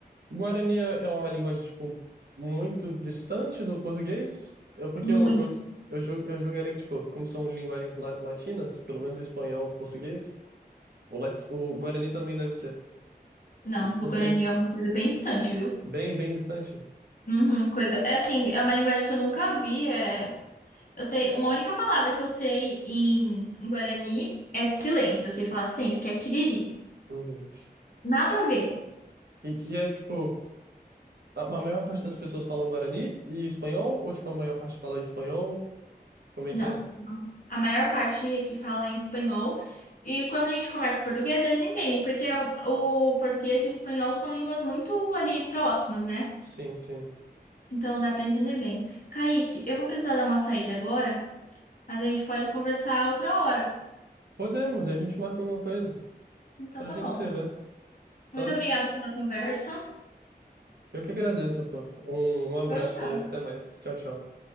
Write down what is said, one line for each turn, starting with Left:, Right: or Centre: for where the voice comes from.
Right: Guarani é é uma linguagem tipo muito distante do português? Eu, porque
Left: muito
Right: eu, eu, eu, ju- eu julgaria que tipo, como são linguagens la- latinas, pelo menos o espanhol, o português, o, lat- o Guarani também deve ser.
Left: Não,
Right: Não
Left: o Guarani
Right: sei,
Left: é uma coisa bem distante, viu?
Right: bem bem distante.
Left: Uhum, coisa. É assim, é uma linguagem que eu nunca vi. É... Eu sei, uma única palavra que eu sei em, em Guarani é silêncio. Eu sei falar silêncio, que é kiriri.
Right: Uhum.
Left: Nada a ver.
Right: E, e é tipo A a maior parte das pessoas fala Guarani e espanhol? Ou, tipo, a maior parte fala espanhol? Como é
Left: Não.
Right: que é?
Left: A maior parte aqui fala em espanhol. E quando a gente conversa em português, eles entendem, porque é o, o português e o espanhol são línguas muito ali próximas, né?
Right: Sim, sim.
Left: Então dá pra entender bem. Kaique, eu vou precisar dar uma saída agora, mas a gente pode conversar outra hora.
Right: Podemos, a gente marca alguma coisa.
Left: Então
Right: Então
Left: tá
Right: a gente
Left: bom.
Right: se vê,
Left: Muito
Right: tá?
Left: obrigada pela conversa.
Right: Eu que agradeço, pô. Um, um abraço
Left: Tchau, tchau.
Right: aí, até mais. Tchau, tchau.